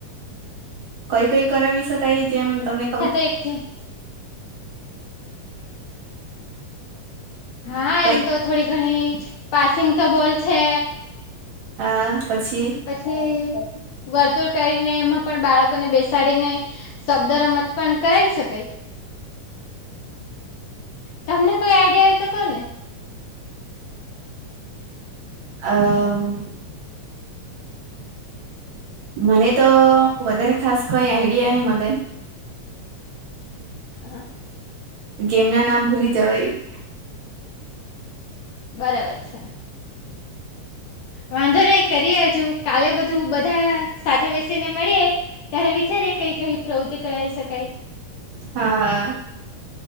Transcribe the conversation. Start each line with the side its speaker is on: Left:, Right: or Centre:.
Right: કઈ કઈ કરાવી શકાય જેમ તમને ખબર
Left: એક હા
Right: કઈ
Left: એમ તો થોડી ઘણી પાસિંગ તો બોલ છે.
Right: આ પછી
Left: પછી, વર્તુળ કરીને એમાં પણ બાળકોને બેસાડીને શબ્દ રમત પણ કરાવી શકાય. તમને કોઈ આઈડિયા હો તો કો ને?
Right: અમ મને તો વધારે ખાસ કઈ આઈડિયા નહી મળે.
Left: <inaudible>
Right: ગેમના નામ ભૂલી જવાયુ.
Left: બરાબર છે. વાંધો નહી કરીએ હજુ, કાલે બધું બધા સાથે બેસીને મળીએ. ત્યારે વિચારીએે કઈ કઈ પ્રવૃતિ કરાવી શકાય.
Right: હા હા